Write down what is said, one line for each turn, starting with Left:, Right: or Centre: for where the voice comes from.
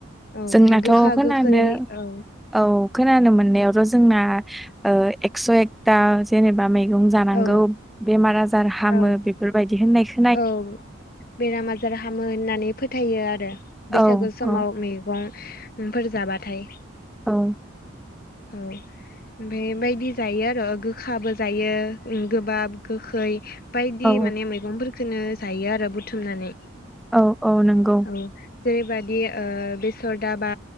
Left: औ ओमफ्राय
Centre: जोंनाथ'
Left: गोखा
Centre: खोनानो
Left: गोखै औ
Centre: औ खोनानो मोननायावथ' जोंना ओ एकस' एकथा जेनेबा मैगं जानांगौ
Left: औ
Centre: बेमार आजार हामो
Left: औ
Centre: बे फोरबायदि होननाय खो
Left: औ बेराम आजार हामो होननानै फोथायो आरो।
Centre: औ
Left: बैसागु समाव
Centre: औ
Left: मैगंफोर जाबाथाय
Centre: औ
Left: औ ओमफाय बायदि जायो आरो गोखाबो जायो ओं गोबाब गोखै बायदि
Centre: औ
Left: माने मैगंफोरखोनो जायो आरो बुथुमनानै।
Centre: औ औ नंगौ
Left: औ जेरैबादि ओ बेसर दाबा